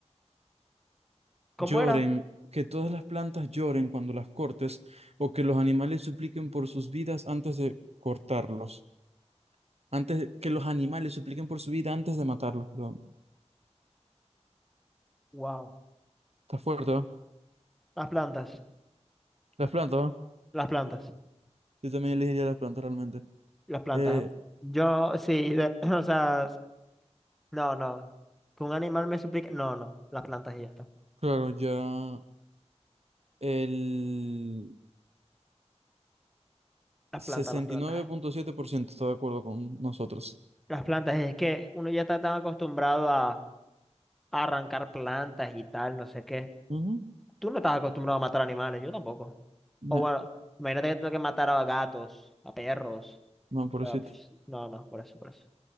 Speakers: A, in the centre; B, on the right.
A: ¿cómo
B: Lloren,
A: era?
B: que todas las plantas lloren cuando las cortes o que los animales supliquen por sus vidas antes de cortarlos. Antes, que los animales supliquen por su vida antes de matarlos, perdón.
A: Wow,
B: Está fuerte, ¿va?
A: las plantas,
B: Las plantas, ¿va?
A: las plantas,
B: Yo también elegiría las plantas realmente.
A: las plantas.
B: Eh,
A: Yo, sí, de- <clears throat> o sea, no, no. Que un animal me suplique, no, no, las plantas y ya está.
B: claro, ya el...
A: Las
B: sesenta
A: plantas, las plantas.
B: y nueve punto siete por ciento está de acuerdo con nosotros.
A: Las plantas, es que uno ya está tan acostumbrado a, a arrancar plantas y tal, no sé qué.
B: Ujú.
A: Tú no estás acostumbrado a matar animales, yo tampoco.
B: Ya,
A: O bueno, imagínate que tengo que matar a gatos, a perros.
B: no, pobrecito.
A: Ah, pf, no, no, por eso, por eso.